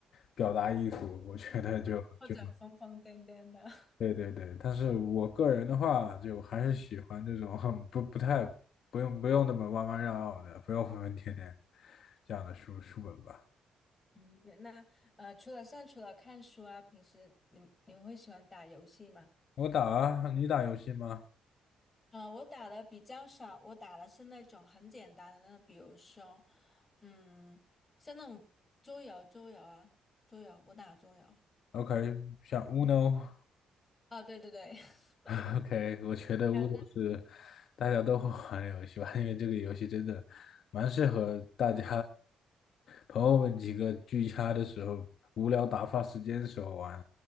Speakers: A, on the left (about 65°); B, on the left (about 20°).
A: 表达艺术，我觉得就就
B: 或者或者疯疯癫癫的，<laughs>
A: 对对对。但是我个人的话，就还是喜欢这种很不不太不用不用那么弯弯绕绕的，不要疯疯癫癫这样的书书本吧。
B: 嗯，对。那呃，除了像除了看书啊，平时你你会喜欢打游戏吗？
A: 我打啊，你打游戏吗
B: 呃，我打的比较少，我打的是那种很简单的那种，比如说，嗯，像那种桌游，桌游啊，桌游，我打桌游。
A: ？OK，像 u n
B: 啊，对对对，<laughs>
A: <laughs> OK，我觉得
B: 还有那。
A: u n 是大家都会玩的游戏吧，因为这个游戏真的蛮适合大家朋友们几个聚餐的时候、无聊打发时间的时候玩，